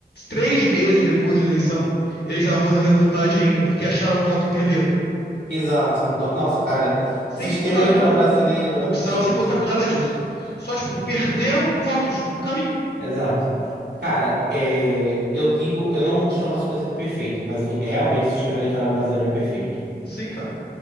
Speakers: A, on the left; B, on the right.
A: três meses depois da eleição, eles estavam fazendo recontagem
B: Uhum.
A: ainda porque acharam o voto que perderam.
B: <laughs> Exato. No- Nossa, cara,
A: Sem
B: sistema
A: contar
B: eleitoral
A: com,
B: brasileiro
A: com corrupção,
B: é perfeito.
A: sem contar com nada disso. Só, tipo, perderam votos no caminho.
B: Exato. Cara, é, eu digo, eu não chamo as coisas de perfeito, mas o- realmente o sistema eleitoral brasileiro é perfeito.
A: Sim, cara.